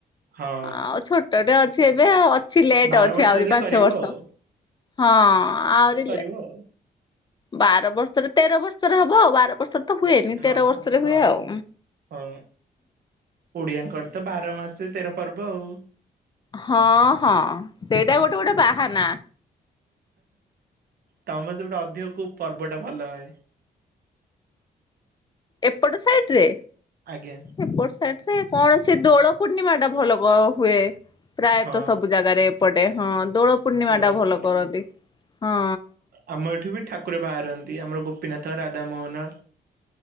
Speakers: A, on the right; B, on the left.
A: ହଁ
B: ଆ ଛୋ ଟ ଅଛି ଏବେ ଆଉ ଅଛି ଲେଟ୍
A: ବାର
B: ଅଛି
A: ବର୍ଷ
B: ଆହୁରି
A: ହେଲେ
B: ପାଞ୍ଚ
A: କରିବ
B: ବର୍ଷ
A: ଆଉ
B: ହଁ ଆହୁରି
A: ହୁଁ।
B: ବାର ବର୍ଷରେ ତେର ବର୍ଷରେ ହବ ଆଉ ବାର ବର୍ଷରେ ତ ହୁଏନି
A: ହଁ
B: ତେର ବର୍ଷରେ
A: ହଁ
B: ହୁଏ ଆଉ।
A: ହଁ ଓଡିଆଙ୍କର ତ ବାର ମାସ ତେର ପର୍ବ ଆଉ।
B: ହଁ ହଁ ସେଇଟା ଗୋଟେ ଗୋଟେ ବାହାନା।
A: ତମେ <unintelligible> ଅଧିକ କୋଉ ପର୍ବ ଟା ଭଲ ହୁଏ।
B: ଏପଟ ସାଇଡ ରେ।
A: ଆଜ୍ଞା।
B: ଏପଟ ସାାଇଡ ରେ କଣ ସେ ଦୋଳ ପୂର୍ଣ୍ଣିମା ଟା ଭଲ ହୁଏ। ପ୍ରାୟତଃ
A: ହଁ
B: ସବୁ ଜାଗାରେ ଏପଟେ ହଁ ଦୋଳ ପୂର୍ଣ୍ଣିମା
A: ଦୋଳ
B: ଟା ଭଲ
A: ପୂର୍ଣ୍ଣିମା।
B: କରନ୍ତି ହଁ।
A: ଆମ ଏଠୁ ବି ଠାକୁର ବାହାରନ୍ତି ଆମର ଗୋପୀନାଥ ରାଧ ମୋହନ।